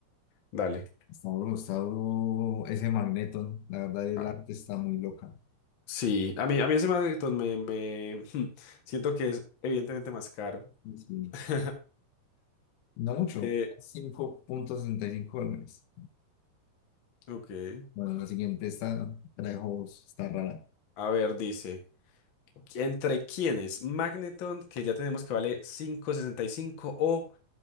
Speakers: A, on the left; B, on the left.
A: Dale.
B: Está duro, está duro ese Magneton. La verdad, el
A: Ah,
B: arte está muy loca.
A: Sí, a mí, a mí ese Magneton me, me <laughs> siento que es evidentemente más caro.
B: Sí, sí.
A: <laughs>
B: No mucho,
A: Eh,
B: cinco punto sesenta y cinco dólares.
A: ok.
B: Bueno, la siguiente está, trajo, está rara.
A: A ver, dice, ¿entre quiénes? Magneton, que ya tenemos que vale cinco sesenta y cinco o